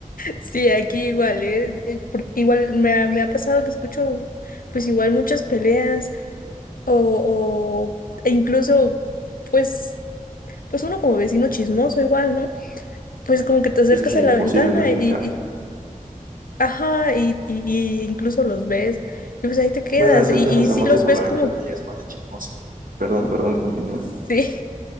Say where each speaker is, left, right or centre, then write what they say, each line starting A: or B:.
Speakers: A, on the left; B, on the right.
A: Sí, aquí igual, ¿eh? Eh, por- igual me ha, me ha pasado que escucho pues igual muchas peleas o, o- e incluso pues pues uno como vecino chismoso igual, ¿no? Pues como que te acercas
B: Es que
A: a la
B: imposible
A: ventana
B: no escuchar.
A: y, y- ajá, y, y, y incluso los ves y pues ahí te quedas
B: Bueno, eso
A: y,
B: ya de asomarse
A: y sí los
B: por
A: ves
B: la
A: como
B: ventana ya es más de chismoso. Perdón, perdón, continúa.
A: Sí.